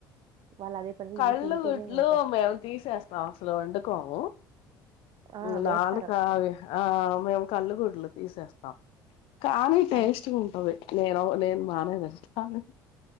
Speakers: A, on the right (about 50°); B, on the left (about 60°).
A: వాళ్ళు అదే పనిగా
B: కళ్ళు
A: ఇవి తింటేనే
B: గుడ్లు
A: అంట
B: మేము తీసేస్తాం అసలు వండుకోము
A: ఆ
B: ఇంగ
A: వేస్తారు
B: నాలుకా అవి ఆ మేము కల్ళు గుడ్లు తీసేస్తాం కానీ టేస్టుగంటది
A: అన్
B: నేను నేను బానే <unintelligible>